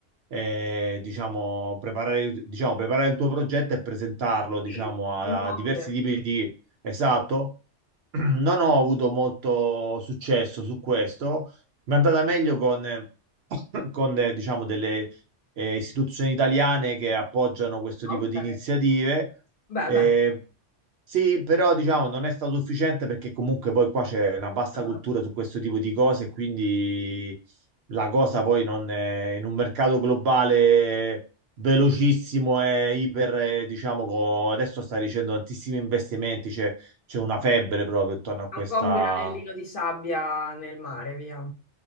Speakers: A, on the right (about 65°); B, on the left (about 55°).
A: eh, diciamo, preparare, diciamo, preparare il tuo progetto e presentarlo, diciamo,
B: Sì,
A: a,
B: un contest.
A: a diversi tipi di... Esatto. <clears throat> Non ho avuto molto successo su questo. Mi è andata meglio con, <clears throat> <laughs> con eh, diciamo, delle eh, istituzioni italiane che appoggiano questo tipo
B: Ok.
A: di iniziative.
B: Beh,
A: Eh,
B: beh,
A: sì, però diciamo non è stato sufficiente perché comunque poi qua c'è una bassa
B: Mm.
A: cultura
B: un
A: su questo tipo di cose, quindi la cosa poi non è, in un mercato globale velocissimo e iper, eh, diciamo, co- adesso sta ricevendo tantissimi investimenti, c'è c'è una febbre proprio intorno a questa...
B: po' un granellino di sabbia nel mare, via.